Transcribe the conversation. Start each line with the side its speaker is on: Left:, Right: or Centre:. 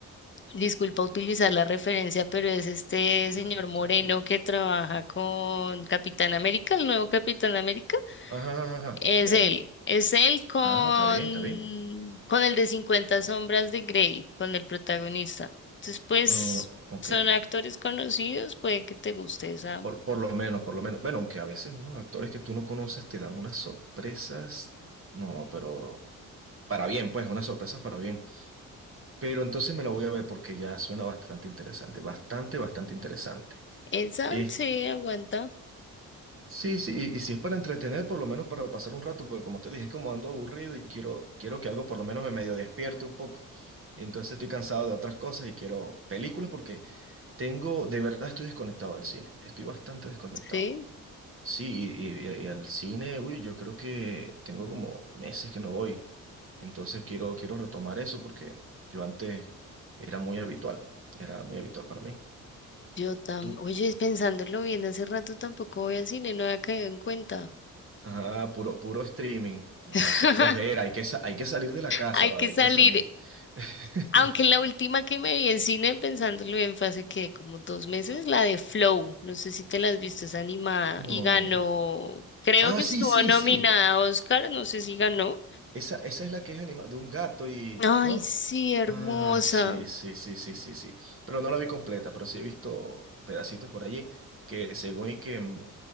Left: Disculpa utilizar la referencia, pero es este señor
Right: no,
Left: Moreno
Right: tranquilo.
Left: que trabaja con Capitán América, el nuevo Capitán América.
Right: Ajá, ajá, ajá,
Left: Es
Right: ya,
Left: él,
Right: ya.
Left: es él con,
Right: Ah, está bien, está bien.
Left: con el de cincuenta sombras de Grey, con el protagonista. Entonces, pues,
Right: Ah, ok,
Left: son actores conocidos, puede que te guste esa.
Right: por, por lo menos, por lo menos. Bueno, aunque a veces unos actores que tú no conoces te dan unas sorpresas, no, pero para bien, pues, unas sorpresas para bien. Pero entonces me la voy a ver porque ya suena bastante interesante, bastante, bastante interesante.
Left: Esa,
Right: Eh,
Left: sí, aguanta,
Right: sí, sí, y, y si es para entretener, por lo menos para pasar un rato, porque como te dije, como ando aburrido y quiero, quiero que algo por lo menos me medio despierte un poco. Y Entonces estoy cansado de otras cosas y quiero películas porque tengo, de verdad estoy desconectado del cine, estoy bastante desconectado.
Left: sí.
Right: Sí, y, y- y al cine, uy, yo creo que tengo como meses que no voy. Entonces quiero, quiero retomar eso porque yo antes era muy habitual, era muy habitual para mí.
Left: Yo tam,
Right: Tú,
Left: oye, pensándolo bien, hace rato tampoco voy a cine, no había caído en cuenta.
Right: ah, puro, puro streaming. No,
Left: <laughs>
Right: eso es flojera, hay que, sa- hay que salir de la casa,
Left: Hay
Right: ¿vale?
Left: que salir.
Right: Hay que salir. <laughs>
Left: Aunque la última que me vi en cine, pensándolo bien, fue hace que como dos meses, la de Flow. No sé si te la has visto, es animada
Right: No,
Left: y ganó.
Right: no, no.
Left: Creo
Right: Ah,
Left: que
Right: sí,
Left: estuvo
Right: sí,
Left: nominada
Right: sí.
Left: a Oscar, no sé si ganó.
Right: Esa, esa es la que es animada, de un gato y...
Left: Ay,
Right: ¿No?
Left: sí, hermosa.
Right: Ah, sí, sí, sí, sí, sí, sí. Pero no la vi completa, pero sí he visto pedacitos por allí que según y que mm,